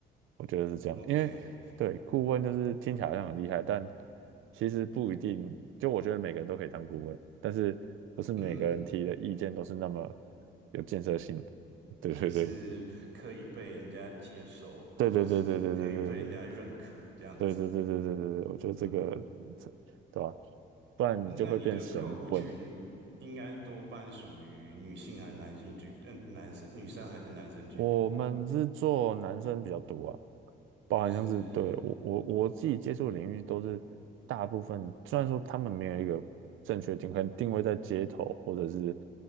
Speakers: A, on the right; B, on the right.
A: 我觉得是这样，
B: ，OK，
A: 因为对顾问就是听起来好像很厉害，但其实不一定。就我觉得每个人都可以当顾问，但是不是每个人提的意见都是那么
B: 嗯，
A: 有建设性的。<laughs> 对对对
B: 就是可以被人家接受，或者是可以被人家认可这样子，
A: 对对对对对对对对。对对对对对对，我觉得这个这对吧？
B: 嗯，
A: 不然你就会变神棍。
B: 那你的客户群应该多半属于女性还是男性居，嗯，男生、女生还是男生居多？
A: 我们是做男生比较多啊，包含像是对我我我自己接触的领域都是大部分，
B: 就是
A: 虽然说他们没有一个正确定，可能定位在街头或者是